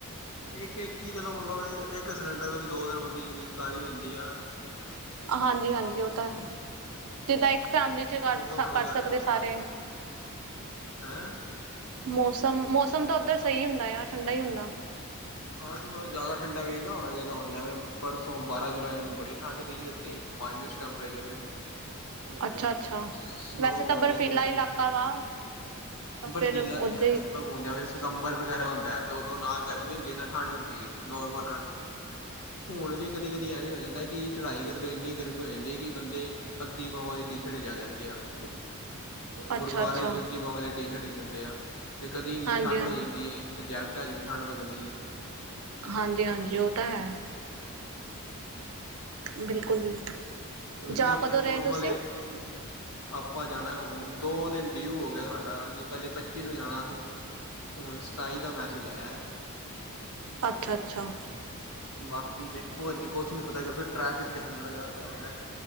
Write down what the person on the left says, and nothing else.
ਇੱਕ-ਇੱਕ ਹੀ ਚਲੋ, ਮਤਲਬ ਇੱਕ ਸਿਲੰਡਰ ਨੂੰ ਵੀ ਦੋ- ਤਿੰਨ ਬੰਦੇ ਯੁਜ਼ ਕਰ ਈ ਲੈਦੇ ਆ।
ਮੌਸਮ
ਇਹੋ ਜਿਹਾ ਹੋਏਗਾ
ਹੈਂ
ਹਾਂ ਤੇ ਮਤਲਬ ਜ਼ਿਆਦਾ ਠੰਡਾ ਵੀ ਨਾ ਹੋਣਾ ਚਾਹੀਦਾ ਹੁਣ ਜੇਵੇਂ, ਪਰਸੋਂ ਬਾਰਾਂ ਜੁਲਾਈ ਨੂੰ ਬੜੀ- ਠੰਡ ਪਈ ਉੱਥੇ, ਮਾਈਨਸ ਟੈਂਪਰੇਚਰ ਸੀ।
ਸਨੋ
ਹੋ
ਰਹੀ ਸੀ ਉੱਥੇ
ਬਰਫ਼ੀਲਾ
ਤੇ ਹੈ
ਮਤਲਬ ਹੁਣ ਜਿਵੇਂ ਸਿਤੰਬਰ ਵਗੈਰਾ ਹੁੰਦਾ ਅ ਤੇ ਉਦੋਂ ਨਾ ਗਰਮੀ ਹੁੰਦੀ, ਨਾ ਠੰਢ ਹੁੰਦੀ ਨੋਰਮਲ ਰਹਿੰਦਾ। ਹੁਣ ਵੀ ਕਦੀ- ਕਦੀ ਐਵੇਂ ਹੋ ਜਾਂਦਾ ਕੀ ਚੜ੍ਹਾਈ ਕਰਦੇ ਇੰਨੀ ਗਰਮੀ ਹੋ ਜਾਂਦੀ ਏ ਕੀ ਬੰਦੇ- ਅੱਧੀ ਬਾਵਾਂ ਦੀ ਟੀ-ਸ਼ਰਟ ਚ ਆ ਜਾਂਦੇ ਆ ਓ।
ਗੁਰਦੁਆਰੇ
ਵਿਚ ਵੀ ਅੱਧੀ ਬਾਂਵਾ ਦੀ ਟੀ-ਸ਼ਰਟ ਚ ਹੁੰਦੇ ਆ, ਤੇ ਕਦੀ ਇੰਨੀ
ਠੰਢ
ਹੋ ਜਾਂਦੀ ਏ ਤੇ ਜੈਕਟਾ ਇਚ ਵੀ ਠੰਡ ਲੱਗਦੀ ਏ ਤੇ
ਕਿਉਂਕਿ
ਆਪਣੇ
ਨੋਰਮਲ
<inaudible> ਆਪਾਂ ਜਾਣਾ ਹੁਣ, ਦੋ ਦਿਨ ਡਿਊ ਹੋ ਗਯਾ ਸਾਡਾ ਨੀ ਪੈਲੇ ਪੱਚੀ ਨੂੰ ਜਾਣਾ ਸੀ। ਹੁਣ ਸੱਤਾਈ ਦਾ ਮੈਸੇਜ ਆਯਾ।
ਬਾਕੀ ਦੇੇਖੋ ਹੱਜੇ ਕੁਛ ਨੀ ਪਤਾ, ਕਿਉਂਕਿ ਟ੍ਰੈਫਿਕ ਜਾਮ ਬੜਾ ਜ਼ਿਆਦਾ ਚੱਲ ਰੇਆ।